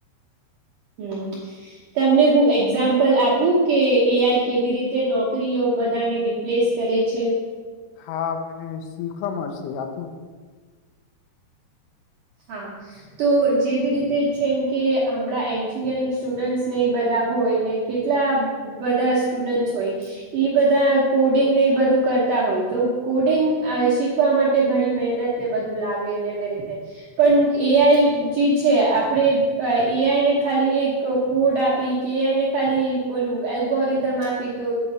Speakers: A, on the right; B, on the left.
A: હમ, તમને હું એક્ઝામ્પલ આપું કે એ આઈ કેવી રીતે નોકરીઓ બધાની રિપ્લેસ કરે છે.
B: હા મને શીખવા મળશે આ
A: હા, તો જેવી રીતે છેમ કે હમણાં એન્જીનિયરિંગ સ્ટુડન્ટસ ને એ બધા હોય ને કેટલા બધા સ્ટુડન્ટસ હોય, એ બધા કોડિંગ ને એ બધું કરતા હોય તો કોડિંગ શીખવા માટે ઘણી મહેનત ને બધું લાગે ને એવી રીતે. પણ એ આઈ જે છે આપણેે એ આઈને ખાલી એક કોડ આપી કે એ આઈને ખાલી બોલું એલ્ગોરિધમ આપી તો,